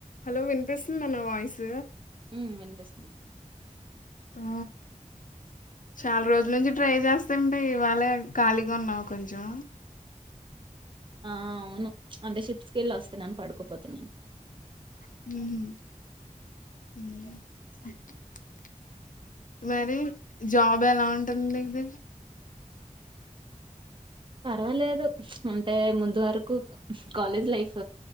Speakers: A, on the left (about 75°); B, on the right (about 40°).
A: హలో వింతపిస్తుందిన్న వాయిస్
B: ఉ విన్పిస్తున్
A: ఆ చాలా రోజుల నుంచి ట్రై చేస్తాంటే ఇవాళ ఖాళీగా ఉన్నావు కొంచెం
B: ఆ అవును అంటే షిప్స్కె వెళ్ళి వస్తానని పడుకుపోతున్నాను
A: హ మరి జాబ్ ఎలా ఉంటుంది ఇది
B: పర్వాలేదు అంటే ముందు వరకు కాలేజ్ లైఫ్